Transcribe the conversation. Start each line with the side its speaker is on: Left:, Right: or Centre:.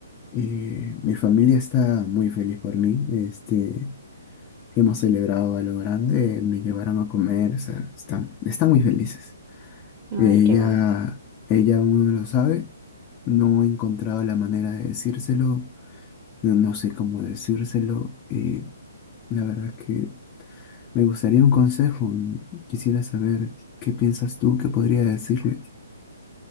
Left: Eh, mi familia está muy feliz por mí, este, hemos celebrado a lo grande, me llevaron a comer, o sea, están, están muy felices.
Right: Ay,
Left: Ella,
Right: qué bueno.
Left: ella uno lo sabe, no he encontrado la manera de decírselo, no, no sé cómo decírselo, eh, la verdad que Me gustaría un consejo. Quisiera saber qué piensas tú, qué podría decirle.